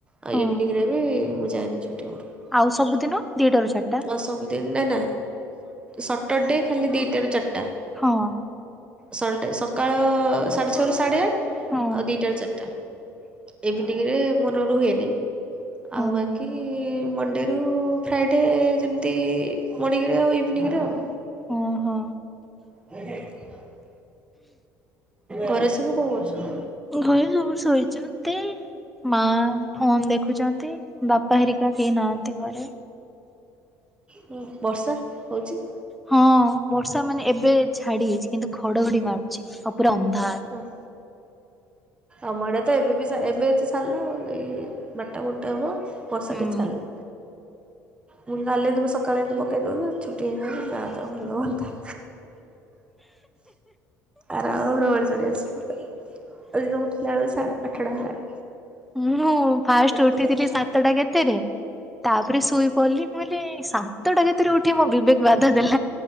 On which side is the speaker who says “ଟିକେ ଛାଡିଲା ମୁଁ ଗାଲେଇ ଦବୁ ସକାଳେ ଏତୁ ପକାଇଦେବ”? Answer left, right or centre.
Right